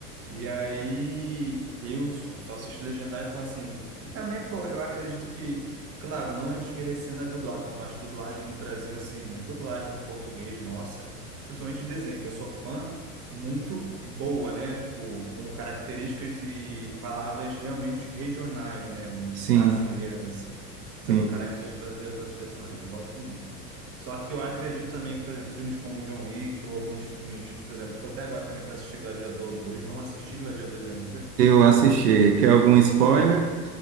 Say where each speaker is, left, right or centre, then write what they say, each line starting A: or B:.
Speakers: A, on the right; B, on the right.
A: e aí eu só só assisto legendado, então assim. E também, pô, eu acredito que, claro, não é desmerecendo a dublagem, por parte da dublagem no Brasil, assim, a dublagem em português, nossa, principalmente em desenho, que eu sou fã, muito boa, né? Tipo, com características e palavras realmente regionais, né? Brasileiras,
B: sim,
A: assim, dando
B: sim.
A: características brasileiras aos personagens. Eu gosto muito. Só que eu acredito também que, por exemplo, filmes como John Wick ou alguns filmes, por exemplo, tô até agora também para assistir Gladiador dois não assisti Gladiador dois ainda,
B: Eu
A: tô
B: assisti.
A: doido para assistir.
B: Quer algum spoiler?